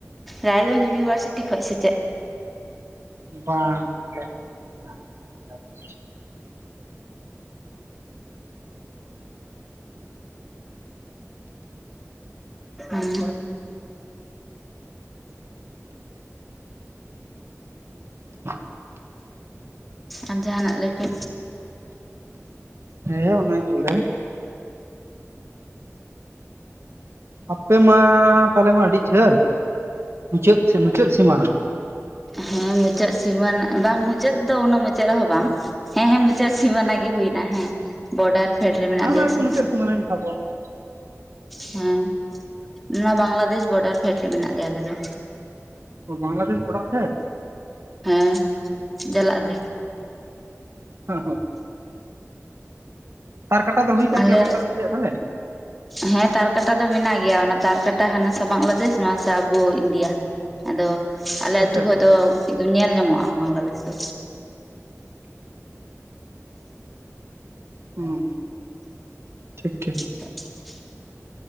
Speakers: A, in the centre; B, on the right (about 55°).
A: ᱨᱟᱭᱜᱚᱸᱡᱽ ᱤᱭᱩᱱᱤᱵᱷᱟᱨᱥᱤᱴᱤ ᱠᱷᱚᱱ ᱥᱮ ᱪᱮᱫ?
B: ᱵᱟᱝ᱾ ᱟᱞᱮ ᱦᱟᱱᱛᱮ ᱨᱮ ᱢᱮᱱᱟᱜᱼᱟ ᱠᱟᱞᱤᱭᱟᱜᱚᱸᱡᱽ
A: ᱟᱨ
B: <unintelligible>
A: ᱟᱨ ᱡᱟᱦᱟᱱᱟᱜ ᱞᱟᱹᱭ ᱯᱮ?
B: ᱦᱮᱸ ᱚᱱᱟᱜᱮ ᱵᱚᱞᱮ᱾ ᱟᱯᱮ ᱢᱟ ᱛᱟᱦᱚᱞᱮ ᱢᱟ ᱟᱹᱰᱤ ᱡᱷᱟᱹᱞ ᱢᱩᱪᱟᱹᱫ ᱢᱩᱪᱟᱹᱫ ᱥᱤᱢᱟᱱᱟ᱾
A: ᱦᱮᱸ ᱢᱩᱪᱟᱹᱫ ᱥᱤᱢᱟᱱᱟ ᱵᱟᱝ ᱢᱩᱪᱟᱹᱫ ᱫᱚ ᱩᱱᱟᱹᱜ ᱢᱩᱪᱟᱹᱫ ᱨᱮᱦᱚᱸ ᱵᱟᱝ? ᱦᱮᱸ ᱦᱮᱸ ᱢᱩᱚᱪᱟᱹᱫ ᱥᱤᱢᱟᱟᱱᱟ ᱜᱮ ᱦᱩᱭᱮᱱᱟ ᱦᱮᱸ ᱵᱚᱰᱟᱨ ᱯᱷᱮᱰ ᱨᱮ ᱢᱮᱱᱟᱜ
B: ᱟᱢ
A: ᱞᱮᱭᱟ ᱥᱮ᱾
B: <inaudible>
A: ᱦᱮᱸ ᱱᱚᱣᱟ ᱵᱟᱝᱠᱟᱫᱥ ᱵᱚᱨᱰᱟᱨ ᱯᱷᱮᱰ ᱨᱮ ᱢᱮᱱᱟᱜ ᱞᱮᱭᱟ ᱟᱞᱮ ᱫᱚ᱾
B: ᱚ ᱵᱟᱝᱞᱟᱫᱮᱥ ᱰᱟᱨᱰᱟᱨ ᱯᱷᱮᱰ?
A: ᱦᱮ ᱡᱟᱞᱟᱜ ᱨᱮ᱾
B: ᱚᱦᱚ ᱾ ᱛᱟᱨ ᱠᱟᱴᱟ ᱫᱚ ᱦᱩᱭ ᱠᱟᱱ
A: ᱟᱞᱮ
B: ᱜᱮᱭᱟ ᱵᱟᱝᱞᱟᱫᱮᱥ ᱨᱮᱭᱟᱜ ᱛᱟᱦᱚᱞᱮ
A: ᱦᱮᱸ ᱛᱟᱨᱠᱟᱴᱟ ᱫᱚ ᱢᱮᱱᱟᱜ ᱜᱮᱭᱟ ᱚᱱᱟ ᱛᱟᱨᱠᱟᱴᱟ ᱦᱟᱱᱟᱥᱟ ᱵᱟᱝᱞᱟᱫᱮᱥ ᱱᱚᱣᱟᱥᱟ ᱟᱵᱚ ᱤᱱᱰᱤᱭᱟ᱾ ᱟᱫᱚ ᱟᱞᱮ ᱟᱹᱛᱩ
B: ᱟᱪᱪᱷᱟ
A: ᱠᱷᱚᱱ
B: ᱟᱪᱪᱷᱟ
A: ᱫᱚ ᱮᱠᱫᱚᱢ ᱧᱮᱞ ᱧᱟᱢᱚᱜᱼᱟ ᱵᱟᱝᱞᱟᱫᱮᱥ ᱫᱚ᱾
B: ᱦᱩ ᱸ ᱦᱩᱸ ᱴᱷᱤᱠ ᱴᱷᱤᱠ ᱾
A: <unintelligible>